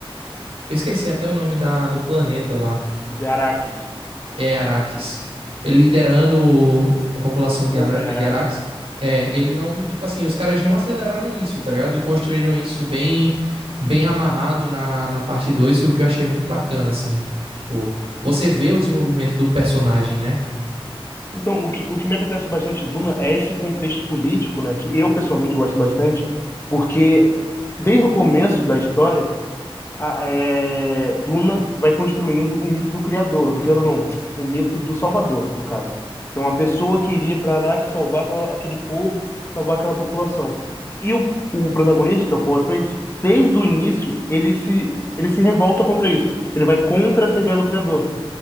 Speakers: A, on the right; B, on the left.
A: eu esqueci até o nome da do planeta lá.
B: De Araques.
A: É Araques. Ele liderando o- a população
B: O
A: de,
B: povo
A: Ara,
B: de Araques.
A: de Araques. É, ele não, tipo assim, os caras não aceleraram isso, tá ligado? Construíram isso bem bem amarrado na, na parte 2, o que eu achei muito bacana, assim. Tipo, você vê o desenvolvimento do personagem, né?
B: Então, o que, o que me apetece bastante de Duna é esse contexto político, né? Que eu, pessoalmente, gosto bastante, porque desde o começo da história a- é, Duna vai construindo o mito do criador, do criador não, o mito do salvador, no caso. Então, uma pessoa que iria para Arrakis salvar aquela- aquele povo, salvar aquela população. E o, o protagonista, que é o Paul Atreides, desde o início, ele se, ele se revolta contra isso. Ele vai contra essa ideia do criador,